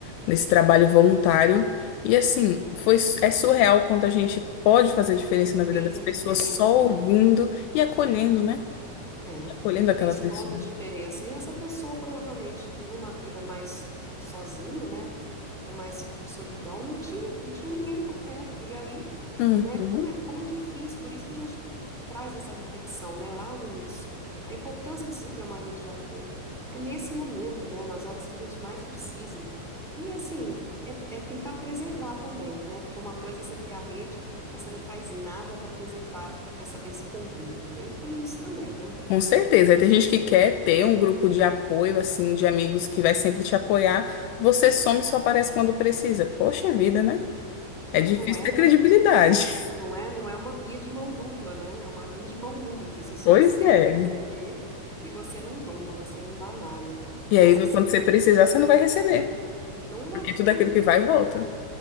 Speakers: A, on the left; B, in the centre.
A: nesse trabalho voluntário. E assim, foi, é surreal quanto a gente pode fazer a diferença na vida
B: Fez
A: das
B: a
A: pessoas
B: diferença,
A: só ouvindo
B: né?
A: e acolhendo, né?
B: É,
A: E Acolhendo aquela
B: fez
A: pessoa.
B: toda a diferença. E essa pessoa, provavelmente, numa vida mais sozinha, né? com mais solidão não tinha, não tinha ninguém por perto. E aí,
A: Uhum.
B: né, como é, como é difícil, por isso que a gente traz essa reflexão, né, lá no início, a importância de se ter uma rede de apoio. É nesse momento, né, nas horas que a gente mais precisa. E assim, é, é tentar preservar também, né, porque uma coisa é você ter a rede, mas você não faz nada para preservar essa, esse convívio. Tem, tem isso também, né?
A: Com certeza. Aí tem gente que quer ter um grupo de apoio, assim, de amigos que vai sempre te apoiar. Você some e só aparece quando precisa. Poxa vida, né? É difícil
B: Não é
A: ter
B: uma
A: credibilidade.
B: Não é, não é uma via de mão dupla, né? É uma via de mão única. Você só
A: Pois
B: espera
A: é.
B: receber e você não doa, você não dá nada.
A: E
B: Nossa,
A: aí,
B: excelente.
A: quando você precisar, você não vai receber,
B: Não
A: porque tudo
B: vai.
A: aquilo que vai, volta.